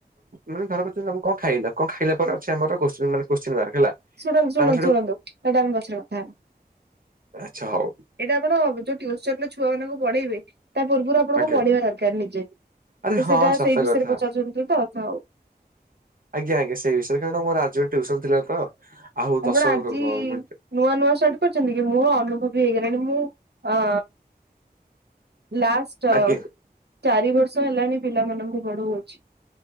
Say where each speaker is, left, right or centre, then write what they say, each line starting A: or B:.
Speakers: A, on the right; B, on the right.
A: ମାନ ଧର ପାରୁଛନ୍ତି ତମେ କଣ ଖାଇଲା କଣ ଖାଇଲା ପରେ ଅଛି ଆମର କୋସ୍ଚିନ୍ ମାର୍କ?
B: ଶୁଣନ୍ତୁ ଶୁଣନ୍ତୁ
A: ଆମେ ସେଠୁ
B: ଶୁଣନ୍ତୁ ସେଇଟା ଆମ ବସିବା କଥା ହେବା।
A: ଆଚ୍ଛା ହଉ
B: ଏଇଟା ଆପଣ ଯୋଉ ଟୁସନ ର ଛୁଆ ମାନଙ୍କୁ ପଢେଇବେ ତା ପୂର୍ବରୁଆପ ଆପଣଙ୍କୁ
A: ଆଜ୍ଞା
B: ପଢିବା ଦରକାର ନିଜେ ତ
A: ଆରେ ହଁ
B: ସେଇଟା
A: ସତ
B: ସେଇ ବିଷୟରେ
A: କଥା
B: ପଚାରୁଛନ୍ତି ତ ଆଉ।
A: ଆଜ୍ଞା ଆଜ୍ଞା ସେଇ ବିଷୟରେ କାରଣ ମୋର ଆଜି ଗୋଟେ ଟ୍ୟୁସନ ଥିଲା ତ ଆଉ
B: ଆପଣ
A: ଦଶ
B: ଆଜି
A: ମିନ
B: ନୂଆ ନୂଆ ସାର୍ଟ କରିଛନ୍ତି କି ମୋର ଅନୁଭବ ହେଇଗଲାଣି ମୁଁ ଅ ଲାଷ୍ଟ
A: ଆଜ୍ଞା।
B: ଚାରି ବର୍ଷ ହେଲାଣି ପିଲାମାନଙ୍କୁ ପଢ଼ଉଅଛି।